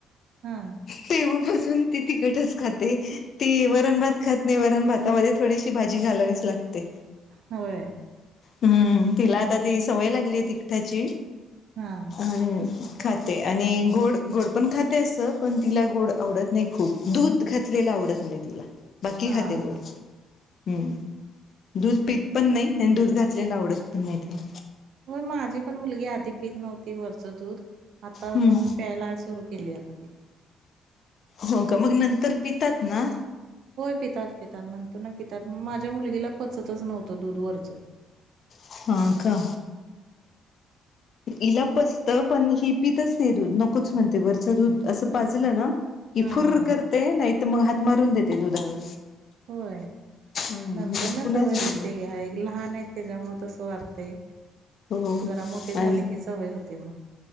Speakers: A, on the right; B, on the left.
A: हां.
B: ते ते तिकटच खाते ते वरणभात खात नाही, वरणात हातामध्ये थोडीशी भाजी घालावीच लागते.
A: होय.
B: हम्म तिला आता ती सवय लागलीय तिकट्याची
A: हां,
B: आणि <unintelligible> आणि गोड गोड पण खाते. अस पण तिला गोड आवडत नाही, खूप दूध घातलेला आ आवडत नाही तिला बाकी
A: हां.
B: खाते गोड. हम्म दूध पीत पण नाही आणि दूध घातलेला आवडत पण नाही तिला.
A: हो माझी पण मुलगी आधी पित नव्हती वरच दूध. आता
B: हम्म.
A: पण प्यायला सुरू केली आता. ती.
B: हो का मग नंतर पितात ना,
A: होय पितात पितात नंतर ना पितात माझ्या मुलगीला पचतच नव्हत दूधवररच
B: हा का, इला पचत पण, ही पितच नाही दूध नकोच म्हणते. वरचं दूध असं पाजलं ना कि
A: हां,
B: फुर
A: हां.
B: करते नाही तर मग हात मारून देते दुधावर.
A: होय.
B: हम्म
A: नंतर
B: बिलकुलच
A: ना सवय
B: दूध
A: होते
B: नाही.
A: घ्या एक लहान आहेत. त्याच्यामुळे तस वाटतय
B: हो
A: जरा मोठीे झाले
B: आणि
A: की सवय होती मग.